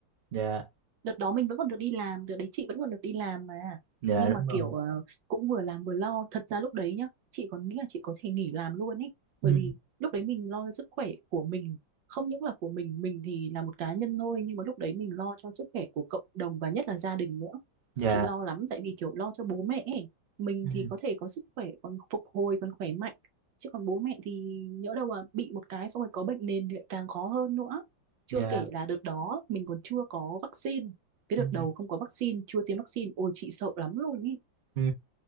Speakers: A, on the right; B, on the right.
A: dạ
B: đợt đó mình vẫn còn được đi làm đợt đấy chị vẫn còn được đi làm mà
A: dạ
B: nhưng
A: đúng
B: mà
A: rồi
B: kiểu ờ, cũng vừa làm vừa lo thật ra lúc đấy nhá chị còn nghĩ là chị có thể nghỉ làm luôn ấy bởi
A: ừ.
B: vì lúc đấy mình lo cho sức khỏe của mình không những là của mình mình thì là một cá nhân thôi nhưng mà lúc đấy mình lo cho sức khỏe của cộng đồng và nhất là gia đình nữa
A: dạ
B: chị lo lắm tại vì kiểu lo cho bố mẹ ấy. mình
A: ừ.
B: thì có thể có sức khỏe còn phục hồi còn khỏe mạnh chứ còn bố mẹ thì nhỡ đâu mà bị một cái xong rồi có bệnh nền thì lại càng khó hơn nữa chưa
A: dạ
B: kể là đợt đó mình còn chưa có vaccine cái
A: ừ.
B: đợt đầu không có vaccine chưa tiêm vaccine ôi chị sợ lắm luôn ý
A: Ừ.